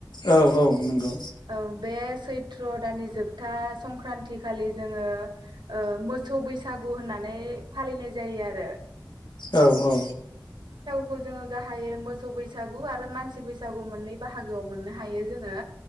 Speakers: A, on the left; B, on the right.
A: औ औ नंगौ
B: ओं। बे सैथ्र दाननि जोबथा संक्रान्ति खालि जोङो ओ मोसौ बैसा गु होननानै फालिनाय जायो आरो
A: औ औ।
B: खौ जोङो गाहायै मोसौ बैसागु आरो मानसि बैसागु मोननै बाहागोआव मोननो हायो जोङो।